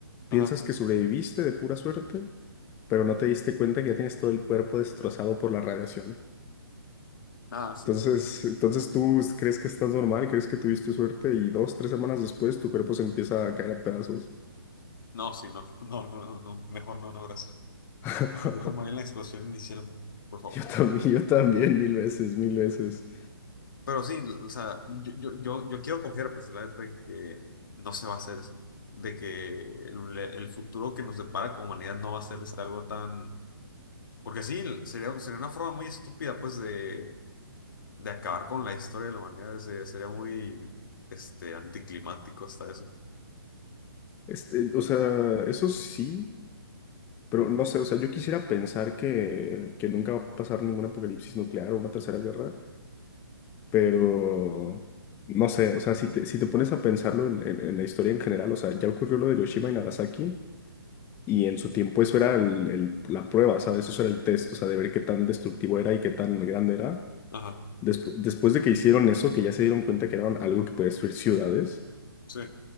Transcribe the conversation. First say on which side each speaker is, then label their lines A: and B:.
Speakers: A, on the left; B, on the left.
A: piensas
B: Ajá.
A: que sobreviviste de pura suerte. pero no te diste cuenta que ya tienes todo el cuerpo destrozado por la radiación.
B: Nada, sí,
A: Entonces,
B: no.
A: entonces tú crees que estás normal, crees que tuviste suerte y dos, tres semanas después tu cuerpo se empieza a caer a pedazos.
B: No, sí, no. <laughs> No, no, no, no. Mejor no, no, gracias.
A: <laughs>
B: Prefiero morir en la explosión inicial, por favor.
A: Yo también, yo también, mil veces, mil veces.
B: Pero sí, o sea, yo, yo, yo, yo quiero confiar, pues, la verdad, en que no se va a hacer eso. De que el, el futuro que nos depara como humanidad no va a ser este algo tan... Porque sí, sería, sería una forma muy estúpida, pues, de, de acabar con la historia de la humanidad. Se- Sería muy, este, anticlimático hasta eso.
A: Este, o sea, eso sí, pero no sé, o sea, yo quisiera pensar que, que nunca va a pasar ningún apocalipsis nuclear o una tercera guerra, pero no sé, o sea, si te, si te pones a pensarlo en, en en la historia en general, o sea, ya ocurrió lo de Hiroshima y Nagasaki Y en su tiempo eso era el- el- la prueba, ¿sabes? Eso era el test, o sea, de ver qué tan destructivo era y qué tan grande era.
B: Ajá,
A: Despu- después de que hicieron eso, que ya se dieron cuenta que era algo que podía destruir ciudades,
B: sí.